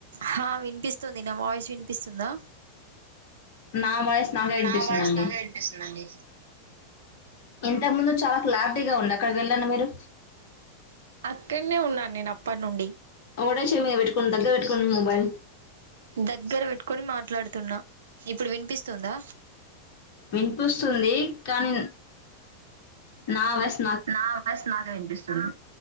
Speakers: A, on the right (about 60°); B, on the left (about 50°).
A: హ విని వినిపిస్ స్తుంది నా వాయిస్ వినిపిస్తుందా
B: నా వాయిస్ నాకే వినిపిస్తుందండి
A: నా వాయిస్ నాకే వినిపిస్తుందండి
B: ఇంతకు ముందు చాలా క్లాార్టీగా ఉంది అక్కడికి వెళ్ళండి మీరు
A: అక్కడనే ఉన్నాను నేను అప్పటి నుండి
B: ఒకటే చెవి మీద పెట్టుకోండి దగ్గర పెట్టుకోండి మొబైల్
A: దగ్గర పెట్టుకొని మా మాట్లాడుతున్నా ఇప్పుడు వినిపిస్తుందా
B: వినిపిస్తుంది కానీ నా వాస్
A: నా వాస్ నాకే వినిపిస్తుంది